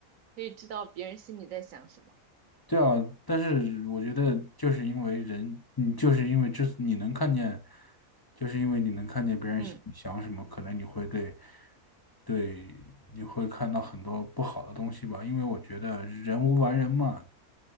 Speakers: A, on the right; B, on the left.
A: 可以知道别人心里在想什么。
B: <laughs> 对啊，但是我觉得就是因为人，你就是因为之你能看见，就是因为你能看见别人想想什么，
A: 嗯，
B: 可能你会对对，你会看到很多不好的东西吧，因为我觉得人无完人嘛，